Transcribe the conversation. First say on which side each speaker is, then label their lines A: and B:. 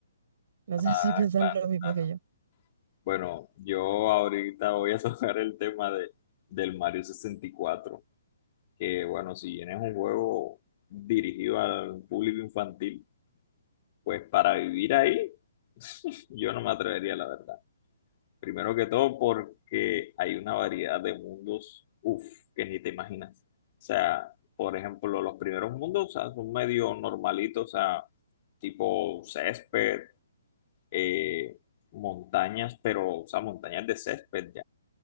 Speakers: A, on the right; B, on the left.
A: No sé
B: Ah,
A: <laughs> si piensan
B: claro.
A: lo mismo
B: claro.
A: que yo.
B: Bueno, yo ahorita voy a <laughs> tocar el tema de, del Mario sesenta y cuatro, que bueno, si bien es un juego dirigido al público infantil, pues para vivir ahí <laughs> yo no me atrevería, la verdad. Primero que todo porque hay una variedad de mundos, uff, que ni te imaginas. O sea, por ejemplo, los primeros mundos, o sea, son medio normalitos, o sea, tipo césped, eh, montañas, pero, o sea, montañas de césped